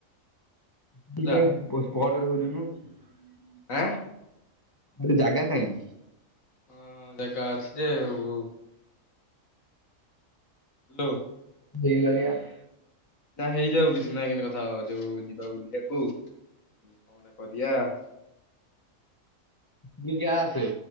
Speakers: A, on the left (about 15°); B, on the left (about 75°).
A: <unintelligible>
B: ହେଲା
A: <unintelligible>
B: ଆଁ।
A: ଆରେ ଜାଗା କାହିଁ?
B: <unintelligible> <unintelligible>
A: ହେଇଗଲାଣି ।
B: ନା ହେଇଯାଉ କିଛି ନାହିଁ। ଏମିତି କଥା ହବା। ଯୋଉ ଯିବା ବୁଲିବାକୁ।
A: ତୁ ଯା ଆସେ।